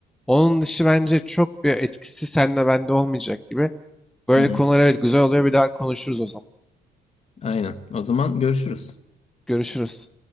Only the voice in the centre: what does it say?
Onun dışı bence çok bir etkisi senle bende olmayacak gibi. Böyle
konular evet güzel oluyor. Bir daha konuşuruz o zaman.
Görüşürüz.